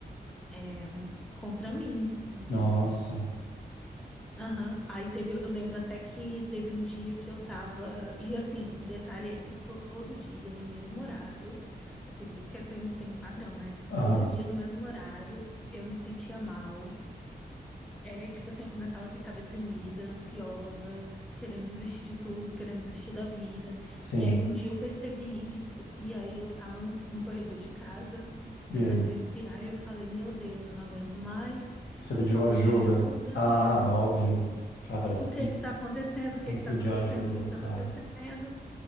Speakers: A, in the centre; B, on the left.
A: eh, contra mim. Assim,
B: nossa.
A: Aham, Aí teve, eu lembro até que teve um dia que eu tava. E assim, o detalhe é que todo dia, no mesmo horário, é por isso que é- tem, tem um padrão, né?
B: Aham,
A: Todo dia, no mesmo horário, eu me sentia mal. É, tipo assim, eu começava a ficar deprimida, ansiosa, querendo desistir de tudo, querendo desistir da vida.
B: sim.
A: E aí um dia eu percebi isso, e aí eu tava no, no corredor de casa, tentando
B: E aí,
A: respirar, e eu falei, meu Deus, eu não aguento mais,
B: você pediu
A: por favor,
B: ajuda?
A: me ajuda
B: Ah, óbvio. Cara, você
A: o que
B: tem,
A: que tá acontecendo, o que
B: tem
A: que
B: que
A: tá
B: pedir
A: acontecendo,
B: ajuda,
A: o que que tá
B: claro.
A: acontecendo.